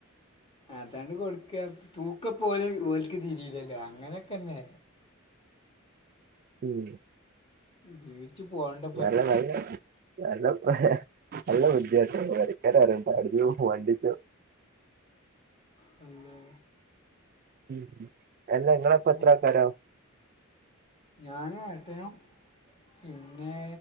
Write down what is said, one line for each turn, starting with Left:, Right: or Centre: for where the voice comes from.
Left: അതാണ്ട് കൊടു ഒക്കെ തൂക്കപ്പോല് ഓൽക്ക് തിരില്ലല്ലോ. അങ്ങനെയൊക്കെന്നെ
Right: ഉം
Left: ജീവി ച്ച് പോണ്ട
Right: നല്ല നല്ല നല്ല നല്ല കുട്ട്യാട്ടോ പേരക്കാരറിയണ്ട പോവാണ്ടിച്ചും
Left: പിന്നെ
Right: ഉം എല്ലാ നിങ്ങളെപ്പത്ര
Left: പോണം
Right: ആൾക്കാര
Left: ഞാനും ഏട്ടനും പിന്നെ